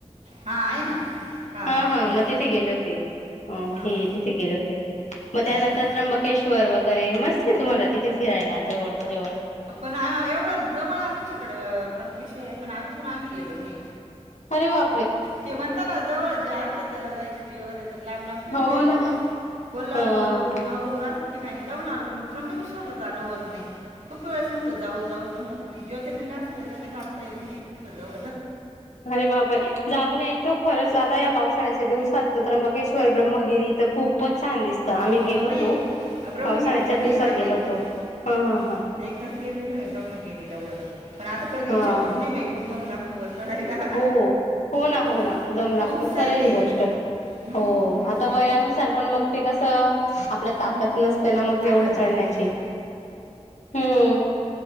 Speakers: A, on the right (about 80°); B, on the left (about 80°).
A: हा आहे ना. कारा
B: हा
A: मंदिर
B: हा मग
A: आहे ना
B: तिथे गेले होते. ह मग
A: हां
B: हे
A: हां
B: तिथे गेले होते मग
A: हा
B: त्यानंतर
A: ना
B: त्र्यंबकेश श्वर वगैरे मस्त आहे तुम्हाला तिथे फिरायला जवळ च्या जवळ
A: पण एवढं जवळ आमच्याकडें त्र्यंबकेश्वर आहे पण अजून आम्ही गेलो नाही
B: अरे वा
A: ते म्हणता ना जवळ जे असत त्याला जायचं जिवावर येत लांब लांब फिरून
B: हो
A: येतो
B: ना
A: कोल्हापूर
B: हा
A: माऊर असं ठिकाणी जाऊन आलो पण त्र्यंबकेश्वर ला जाणं होत नाही खूप वेळेस म्हणतो जाऊ जाऊ पण होत नाही ज्योतिरिंग असलं तरी जाणता येत नाही तथ जाऊ
B: अरे बाप रे जाऊन याय तो खरच आता या पावसाळ्याच्या दिवसात त्र्यंबकेश्वर ब्रह्मगिरी तर खूपच छान दिसते तर आम्ही
A: हो
B: गेलो
A: नाही
B: होतो
A: ब्रह्मगिरी
B: पावसाळ्याच्या
A: झाली
B: दिवसात
A: माझी
B: गेलो होतो हा
A: हम्म,
B: हा हां
A: एकदाच गेलेल ब्रह्मगिरीला वर पण आता प्रदी
B: हा
A: इच्छा होत नाही बाई खूप दम लागतो वर चढायला
B: हो हो ना
A: खूप
B: हो
A: उ-
B: ना जम लागतो
A: उंच आहे
B: खरं
A: ते
B: ही गोष्ट
A: हम्म,
B: हो
A: उंच
B: आता
A: आहे ना
B: वयानुसार पण मग ते कसं आपल्या
A: हम्म,
B: ताकद नसते ना मग
A: ताकद
B: एवढं चढण्याची
A: नाही राहत
B: हम्म